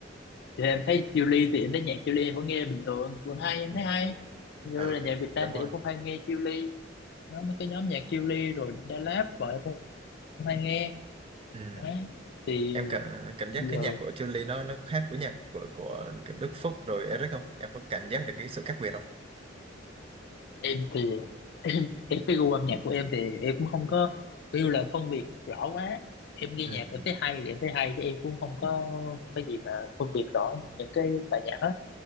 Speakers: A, on the left; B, on the right.
A: thì em thấy Chile thì em thấy nhạc Chile em vẫn nghe bình thường vẫn hay em
B: Ừ.
A: thấy hay như
B: ừ
A: là nhạc Việt Nam
B: đúng rồi
A: thì em cũng hay nghe Chile đó, mấy cái nhóm nhạc Chillies rồi Da Lab vợ em cũng hay nghe
B: ừ.
A: đó thì
B: em cảm cảm giác
A: giờ
B: cái nhạc của Chun-Li nó nó khác với nhạc của của kiểu Đức Phúc rồi Eric không em có cảm giác được cái sự khác biệt không
A: em thì <laughs> em, em cái gu âm nhạc của em thì em cũng không có kêu là phân biệt rõ quá em nghe
B: ừ
A: nhạc em thấy hay thì em thấy hay chứ em cũng không có cái gì mà phân biệt rõ những cái bài nhạc hết